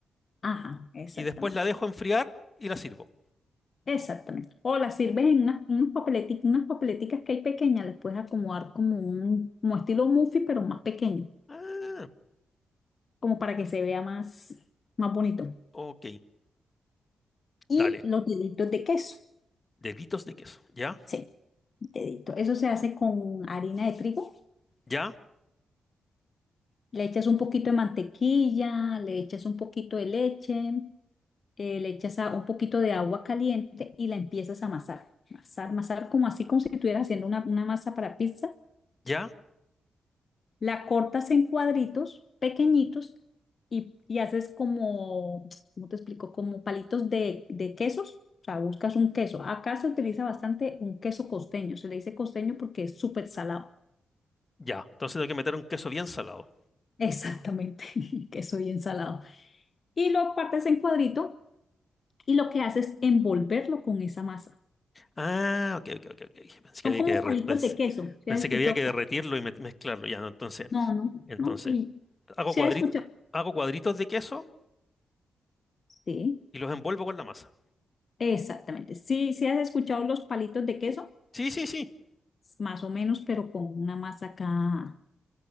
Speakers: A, on the left; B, on the left.
A: Ajá, exactamente.
B: y después la dejo enfriar y la sirvo.
A: Exactamente. O las sirves en unas, unos papeleti- unas papeleticas que hay pequeñas, les puedes acomodar como un como estilo muffin, pero más pequeño,
B: Ah,
A: como para que se vea más, más bonito.
B: ok,
A: Y
B: dale,
A: los deditos de queso.
B: deditos de queso, ya,
A: sí Dedito. Eso se hace con harina de trigo.
B: ya,
A: Le echas un poquito de mantequilla, le echas un poquito de leche, eh, le echas a- un poquito de agua caliente y la empiezas a amasar. Amasar, amasar como así, como si estuvieras haciendo una, una masa para pizza.
B: ya.
A: La cortas en cuadritos pequeñitos y, y haces como, ¿cómo te explico? Como palitos de, de quesos. O sea, buscas un queso. Acá se utiliza bastante un queso costeño. Se le dice costeño porque es súper salado.
B: Ya, entonces tengo que meter un queso bien salado.
A: Exactamente, <laughs> queso bien salado. y lo partes en cuadrito y lo que haces es envolverlo con esa masa.
B: Ah, ok, ok, ok, ok. Pensé que
A: Son
B: había
A: como
B: que derre-
A: palitos
B: pues,
A: de queso. si
B: pensé
A: has escuchado?
B: que había que
A: pa-
B: derretirlo y me- mezclarlo. Ya, no, entonces,
A: No, no,
B: entonces,
A: no.
B: hago
A: si
B: cuadritos,
A: has escuchado?
B: hago cuadritos de queso
A: Sí,
B: y los envuelvo con la masa.
A: exactamente. Sí, sí has escuchado los palitos de queso,
B: Sí, sí, sí.
A: más o menos, pero con una masa acá.